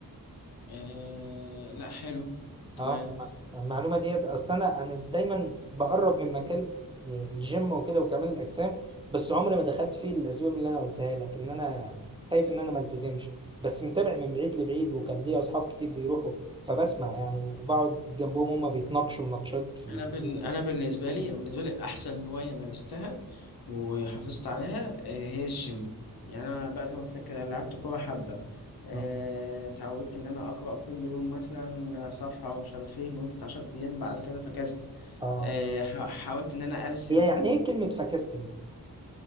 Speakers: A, on the left; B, on the right.
A: آه لا حلو تمام
B: اه المعلومة ديت أصل أنا أنا دايما بقرب من مكان الجيم وكده وكمال الأجسام بس عمري ما دخلت فيه للأسباب اللي أنا قلتها لك إن أنا خايف إن أنا ما التزمش بس متابع من بعيد لبعيد وكان ليا أصحاب كتير بيروحوا فبسمع يعني وبقعد جنبهم هما بيتناقشوا مناقشات في الكلام
A: أنا بن...
B: ده.
A: أنا بالنسبة لي أنا بالنسبة لي أحسن هواية مارستها وحافظت عليها آه هي الجيم يعني أنا بقى زي ما قلت لك كده لعبت كورة حبة آه،
B: اه
A: اتعودت إن أنا أقرأ كل يوم مثلا صفحة ومش عارف إيه لمدة عشرة أيام بعد كده فكست
B: آه.
A: آه، ح- حاولت إن أنا أرسم
B: هي يعني ايه كلمة فكست دي؟